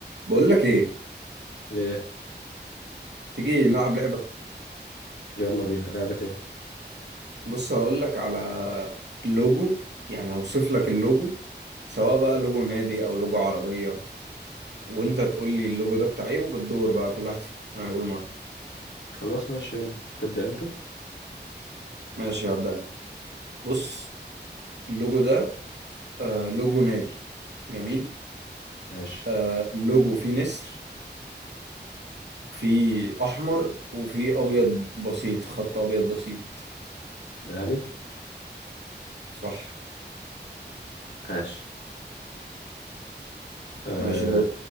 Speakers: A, on the right; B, on the left.
A: بقول لك ايه
B: ايه
A: تيجي نلعب لعبة
B: يلا بينا لعبة ايه
A: بص هقول لك على لوجو يعني هوصف لك اللوجو سواء بقى لوجو نادي او لوجو عربية وانت تقول لي اللوجو ده بتاع ايه وبتدور بقى كل واحد فينا هيقول مرة
B: خلاص ماشي يلا تبدأ انت
A: ماشي هبدأ انا بص اللوجو ده آه لوجو نادي جميل
B: ماشي
A: آه اللوجو فيه نسر فيه احمر وفيه ابيض بسيط خط ابيض بسيط
B: الاهلي
A: صح
B: ماشي آه
A: ماشي دور